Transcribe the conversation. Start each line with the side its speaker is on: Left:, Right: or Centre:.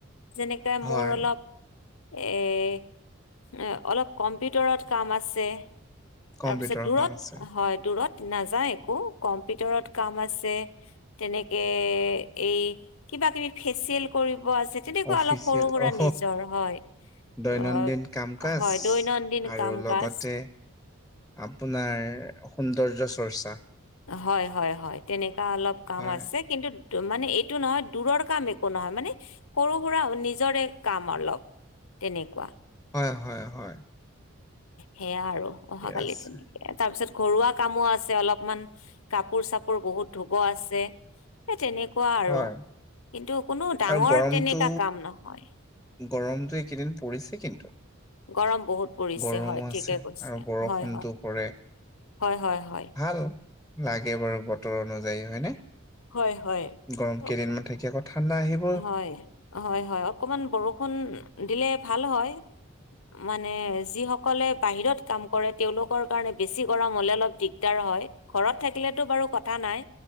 Left: যেনেকে
Centre: হয়,
Left: মোৰ অলপ- এ', এ অলপ কম্পিউটাৰত আছে।
Centre: কম্পিউটাৰৰ
Left: তাৰপিছত দূৰত
Centre: কাম আছে।
Left: হয়, দূৰত নাযায় একো, কম্পিউটাৰত কাম আছে। তেনেকে এই কিবা-কিবি ফেচিয়েল কৰিব আছে। তেনেকুৱা
Centre: অফিচিয়েল
Left: অলপ সৰু-সুৰা
Centre: অ'
Left: নিজৰ হয়।
Centre: দৈনন্দিন
Left: অহ',
Centre: কাম কাজ
Left: হয়, দৈনন্দিন
Centre: আৰু
Left: কাম-কাজ।
Centre: লগতে আপোনাৰ সৌন্দৰ্য চৰ্চা।
Left: হয়-হয়-হয়, তেনেকা অলপ কাম
Centre: হয়,
Left: আছে। কিন্তু মানে এইটো নহয়, দূৰৰ কাম একো নহয়, মানে সৰু-সুৰা নিজৰে কাম অলপ, তেনেকুৱা।
Centre: হয়-হয়-হয়।
Left: সেয়া আৰু, অহাকালি
Centre: আছে
Left: তেনেকে আৰু। তাৰপিছত ঘৰুৱা কামো আছে অলপমান, কাপোৰ-চাপোৰ বহুত ধূব আছে। সেই তেনেকুৱা আৰু,
Centre: হয়
Left: কিন্তু কোনো ডাঙৰ
Centre: আৰু গৰমটো
Left: তেনেকা কাম নহয়।
Centre: গৰমটো এইকেদিন পৰিছে কিন্তু।
Left: গৰম বহুত পৰিছে
Centre: গৰমো
Left: হয়,
Centre: আছে
Left: ঠিকে কৈছে,
Centre: আৰু বৰষুণটো
Left: হয়-হয়।
Centre: পৰে
Left: হয়-হয়-হয়।
Centre: ভাল লাগে বাৰু বতৰ অনুযায়ী হয় নে,
Left: হয়, হয়।
Centre: গৰম কেইদিন
Left: অকমান
Centre: মান থাকি আকৌ ঠাণ্ডা আহিব।
Left: হয়। হয়-হয়। অকণমান বৰষুণ দিলে ভাল হয়, মানে- যি সকলে বাহিৰত কাম কৰে- তেওঁলোকৰ কাৰণে বেছি গৰম হ'লে দিগদাৰ হয়, ঘৰত থাকিলেটো বাৰু কথা নাই।